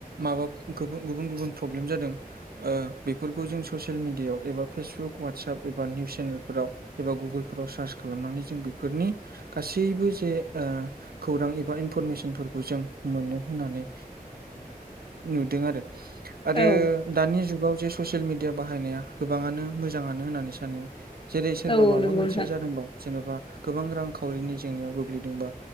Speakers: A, on the right; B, on the left.
A: माबा गुबुन गुबुन प्रब्लेम जादों बेफोरखौ जों ससियेल मिडियायाव एबा फेसबुक वाटसप एबा निउस चेनेलफोराव एबा गुगोलफोराव सार्च खालामनानै जों बेफोरनि गासैबो जे ओ खौरां एबा इनफरमेसनफोरखौ जों मोनो होननानै नुदों आरो आरो
B: औ
A: दानि जुगाव जे ससियेल मिडिया बाहायनाया गोबाङानो मोजाङानो होननानै सानो जेरै सोरबा
B: औ
A: माबा
B: नंगौ
A: मोनसे
B: नोंथां
A: जादोंबा जेन'बा गोबां रांखावरिनि जेंनायाव गोग्लैदोंबा